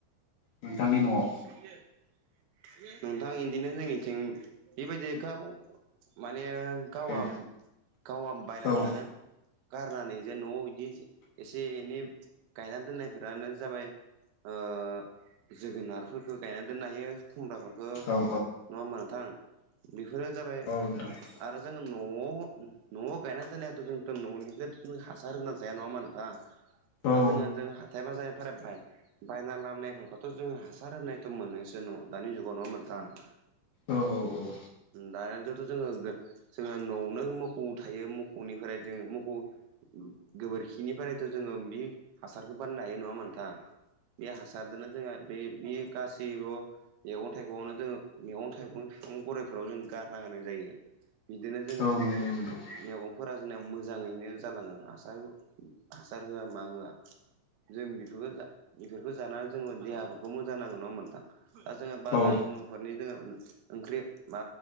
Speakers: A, on the left; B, on the right.
A: नोंथांनि न'आव।
B: <inaudible> नोंथां इदिनो जोंनिथिं बेबायदि गाव माने गावहा
A: औ
B: गावहा बायना
A: औ
B: जानो गारनानै जे न'आव इदि एसे एनै गायना दोननायफोरानो जाबाय ओ जोगोनारफोरखो गायना दोननो हायो। खुमब्राफोरखो
A: औ
B: नङा होमबा नोंथां बेफोरो जाबाय
A: औ नोंथां
B: आरो जोङो न' न'आव गायना दोननायाथ' जोंथ' न'निखौ हासार होना जाया नङा होमबा नोंथां? दा
A: औ
B: जोङो जों हा जायबा जायफोराबेल बायना लामनायफोरखौथ' जोंङो हासार होनायथ' मोनोसो न दानि जुगाव नङा होमबा नोंथां?
A: औ औ औ।
B: दानियाथ' जोङो जोङो न'आवनो मखौ थायो म खौनिफ्राय जोंडों मखौ गोबोरखिनिफ्रायथ' जोङो बे हासारखो बानायनो हायो नङा होमबा नोंथां बे हासारखौनो जोङो बे बि गासैब' मैगं थाइगंआवनो जोङो मैगं थाइगं बिफां गराइफोराव जों गारना होनाय जायो। बिदिनो जोङो
A: नंगौ
B: जे
A: नोंथां
B: मेगंफोरा जोंना मोजाङैनो जालाङो हासार ओम हासार होआ मा होआ। जों बेफोरखो बेफोरखो जानानै जोङो देहाफोरखौ मोजां नाडों नङा होमबा नोंथां? दा जोङो बाजार
A: औ
B: उनुफोरनि जोङो ओंख्रि मा